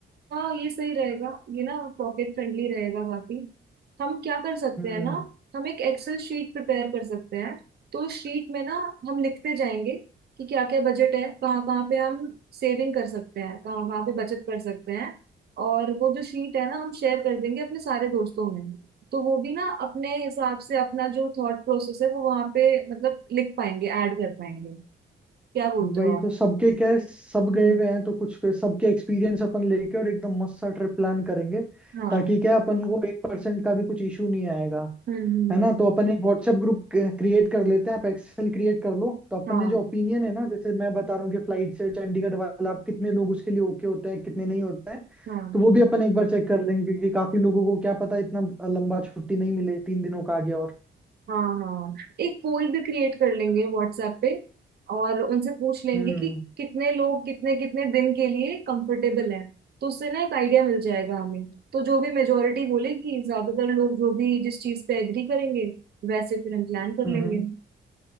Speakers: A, on the right; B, in the centre.
A: हाँ ये सही रहेगा ये ना पॉकेट फ्रेंडली रहेगा काफी हम क्या कर सकते
B: हम्म
A: हैं ना हम एक एक्सेल शीट प्रिपेयर कर सकते हैं तो शीट में ना हम लिखते जाएंगे कि क्या क्या बजट है कहाँ कहाँ पे हम सेविंग कर सकते हैं कहाँ कहाँ पे बचत कर सकते हैं और वो जो शीट है ना हम शेयर कर देंगे अपने सारे दोस्तों में तो वो भी ना अपने हिसाब से अपना जो थॉट प्रोसेस है वो वहाँ पे मतलब लिख पाएंगे ऐड कर पाएंगे क्या बोलते
B: वही
A: हो
B: तो
A: आप
B: सबके क्या है सब गए
A: हम्म
B: हुए हैं तो कुछ फिर सबके एक्सपीरियंस अपन लेके और एकदम मस्त सा ट्रिप प्लान करेंगे
A: हाँ
B: ताकि
A: हम्म
B: क्या है, अपन को एक परसेंट का भी कुछ इशू नहीं आएगा
A: हम्म
B: है ना
A: हम्म,
B: तो अपन एक व्हाट्सएप ग्रुप क्रिएट कर लेते हैं आप एक्सेल क्रिएट कर लो तो अपन
A: हाँ
B: ने जो ओपिनियन है ना जैसे मैं बता रहा हूँ कि फ्लाइट से चंडीगढ़ वाला आप कितने लोग उसके लिए ओके होते हैं कितने नहीं होते हैं
A: हाँ
B: तो वो भी अपन एक बार चेक कर लेंगे क्योंकि काफी लोगों को क्या पता इतना लंबा छुट्टी नहीं मिले तीन दिनों का आगे और
A: हाँ हाँ एक पोल भी क्रिएट कर लेंगे व्हाट्सएप पे और उनसे पूछ लेंगे
B: हम्म
A: कि कितने लोग कितने कितने दिन के लिए कंफर्टेबल हैं तो उससे ना एक आइडिया मिल जाएगा हमें तो जो भी मेजोरिटी बोलेगी ज्यादातर लोग जो भी जिस चीज पे एग्री करेंगे वैसे फिर हम प्लान कर
B: हम्म
A: लेंगे
B: हम्म।